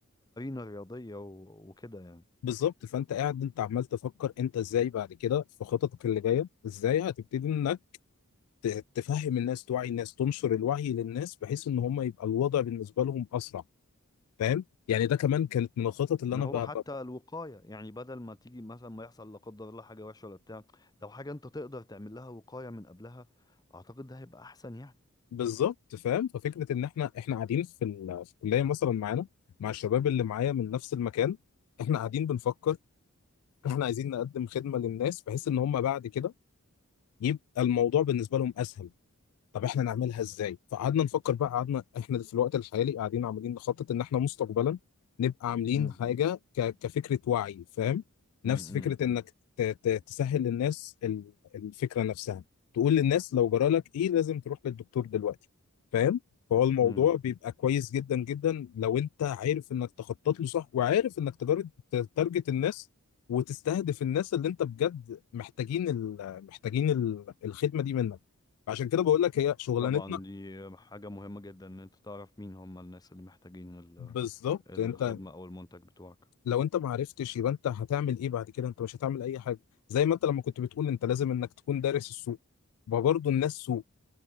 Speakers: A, on the left; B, on the left.
A: الرياضيه و- وكده يعني
B: بالظبط فانت قاعد انت عمال تفكر انت ازاي بعد كده في خططك اللي جايه ازاي هتبتدي انك ت- تفهم الناس توعي الناس تنشر الوعي للناس بحيث ان هم يبقى الوضع بالنسبه لهم اسرع فاهم يعني ده كمان كانت من الخطط اللي
A: ان
B: انا
A: هو
B: ب... ب...
A: حتى الوقايه يعني بدل ما تيجي مثلا ما يحصل لا قدر الله حاجه وحشه ولا بتاع لو حاجه انت تقدر تعمل لها وقايه من قبلها اعتقد ده هيبقى احسن يعني
B: بالظبط فاهم ففكره ان احنا احنا قاعدين في, ال... في الكليه مثلا معانا مع الشباب اللي معايا من نفس المكان احنا قاعدين بنفكر احنا عايزين نقدم خدمه للناس بحيث ان هم بعد كده يبقى الموضوع بالنسبه لهم اسهل طب احنا نعملها ازاي فقعدنا نفكر بقى قعدنا احنا في الوقت الحالي قاعدين عمالين نخطط ان احنا مستقبلا نبقى عاملين
A: امم
B: حاجه ك... كفكره وعي فاهم نفس
A: امم، امم.
B: فكره انك ت... ت... تسهل للناس ال- الفكره نفسها تقول للناس لو جرالك ايه لازم تروح للدكتور دلوقتي فاهم فهو الموضوع
A: امم
B: بيبقى كويس جدا جدا لو انت عارف انك تخطط له صح وعارف انك تجار- ت- تارجت الناس وتستهدف الناس اللي انت بجد محتاجين ال... محتاجين ال- الخدمه دي منك عشان كده بقول لك هي شغلانتنا
A: طبعا دي حاجة مهمة جدا ان انت تعرف مين هم الناس اللي محتاجين ال-
B: بالظبط
A: الخدمة
B: انت
A: او المنتج بتوعك
B: لو انت ما عرفتش يبقى انت هتعمل ايه بعد كده انت مش هتعمل اي حاجه زي ما انت لما كنت بتقول انت لازم انك تكون دارس السوق ما برضه الناس سوق